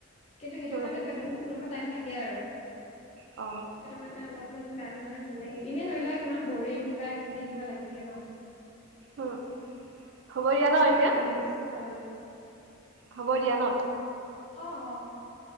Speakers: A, on the left (about 30°); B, on the right (about 60°).
A: কিন্তু সেইটো
B: উম,
A: মানে পেটত অলপমান টাইম থাকে আৰু
B: অ,
A: সেইটো মানে অলপ গাটো মানে ভাল লাগে এনেই ধৰি লোৱা কিমান বৰিং কিবা কিবি এনেকুৱা লাগি থাকে ন।
B: উম, হ'ব দিয়া
A: খাব
B: ন
A: লাগে
B: এতিয়া
A: পানী বেছিকে খাব লাগে।
B: হ'ব দিয়া ন।
A: অ অ হ'ব দিয়া।